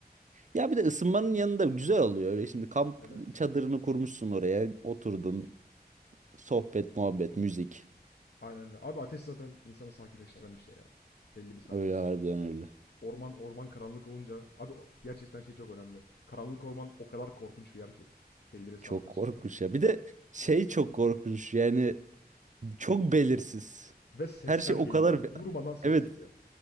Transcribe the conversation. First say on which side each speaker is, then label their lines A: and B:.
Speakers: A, on the right; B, on the left.
A: Ya bir de ısınmanın yanında güzel oluyor. Öyle şimdi kamp
B: Evet.
A: çadırını kurmuşsun oraya, oturdun, sohbet, muhabbet, müzik.
B: Aynen öyle. Abi ateş zaten insanı sakinleştiren bir şey ya. Belli bir saatten
A: Öyle
B: sonra.
A: harbiden öyle.
B: Orman orman karanlık olunca abi gerçekten şey çok önemli. Karanlık orman o kadar korkunç bir yer ki belli bir saatten
A: Çok korkunç
B: sonra.
A: ya. Bir de şey çok korkunç yani çok belirsiz.
B: Ve sesler
A: Her şey
B: geliyor.
A: o kadar... be-
B: Durmadan ses
A: Evet
B: geliyor.